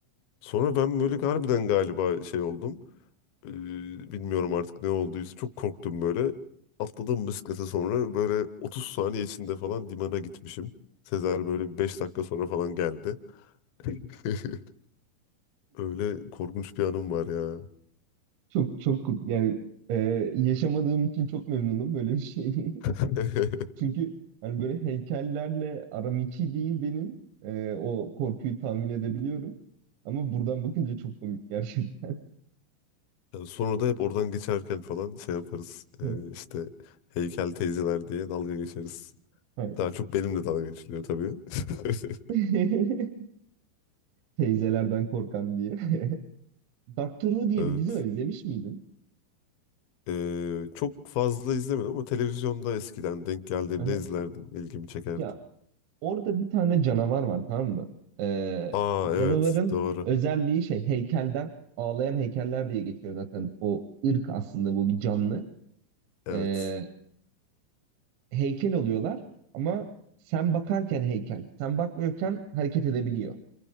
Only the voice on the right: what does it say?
Çok çok yani e, yaşamadığım için çok memnunum böyle bir şeyi.
<laughs> Çünkü hani böyle heykellerle aram iki değil benim. E, o korkuyu tahmin edebiliyorum. Ama buradan bakınca çok komik gerçekten.
<laughs>
Hayır.
<laughs> Teyzelerden korkan diye. <laughs> Doctor Who diye
bir dizi var izlemiş miydin?
Aha.
Ya orada bir tane canavar var tamam mı? Ee,
canavarın
özelliği şey heykelden ağlayan heykeller diye geçiyor zaten. O ırk aslında bu bir canlı.
Ee, heykel oluyorlar ama sen bakarken heykel. Sen bakmıyorken hareket edebiliyor.